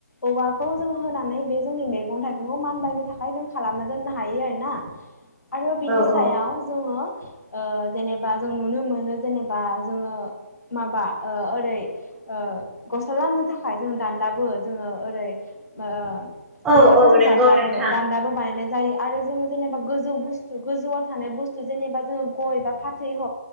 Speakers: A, on the left (about 85°); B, in the centre.
A: औवा खौ जों होनानै बे जोंनि मैगं थाइगंखौ मानबायनो थाखाय जों खालामना दोननो हायो आरोना आरो बिनि
B: औ
A: सायाव
B: औ
A: जोङो ओ जेनेबा जों नुनो मोनो जेनेबा जोङो माबा ओ ओरै ओ गस्ला लामनो थाखाय जोङो दान्दाबो जोङो ओरै ओ।
B: औ
A: औवा जोंङो
B: औ नंगौ
A: दान्दाबो
B: नोंथां
A: दान्दाबो बाना माने जायो आरो जेनेबा गोजौ गोजौ बुसथु गोजौयाव थानाय बुसथु जेनेबा गयबा फाथैयह